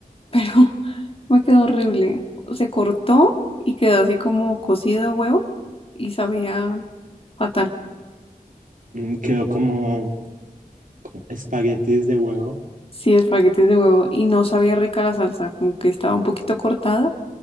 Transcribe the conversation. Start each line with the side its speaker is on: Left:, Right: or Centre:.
Left: Pero <laughs> me quedó horrible. Se cortó y quedó así como cocido a huevo y sabía fatal.
Right: Mm, Quedó como co- espaguetis de huevo.
Left: Sí, espaguetis de huevo y no sabía rica la salsa, como que estaba un poquito cortada